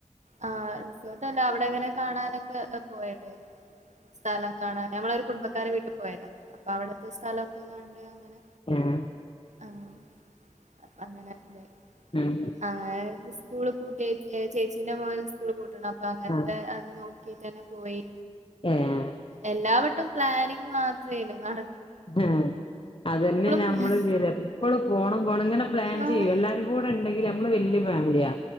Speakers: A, on the right; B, on the left.
A: ആഹ് റിസോർട്ട് അല്ല അവിടെ ങ്ങനെ കാണാനൊക്കെ പോയതെനു സ്ഥലം കാണാൻ ഞമ്മളൊരു കുടുംബക്കാരെ വീട്ടിൽ പോയതാ അപ്പൊ അവിടുത്തെ സ്ഥലമൊക്കെ കണ്ട് അങ്ങനെ
B: ഉം
A: ആഹ് അപ്പ അങ്ങനെ ഇതായി
B: ഉം
A: ആഹ് സ്കൂള് പൂട്ട്യേ ചേച്ചീന്റെ മോന് സ്കൂള് പൂട്ടണം അപ്പൊ അങ്ങൻത്തെ
B: ആഹ്
A: അത് നോ- തന്നെ പോയി
B: ഏഹ്
A: എല്ലാവട്ടം പ്ലാനിങ് മാത്രേളു നട
B: ആഹ് അതന്നെ ഞമ്മള്
A: പ്ലാൻ
B: യെലെ എപ്പളും പോണം പോണം ഇങ്ങനെ പ്ലാൻ
A: ആഹ്
B: ചെയ്യും എല്ലാരും കൂടെ ണ്ടെങ്കില് നമ്മള് വല്യ ഫാമിലിയാ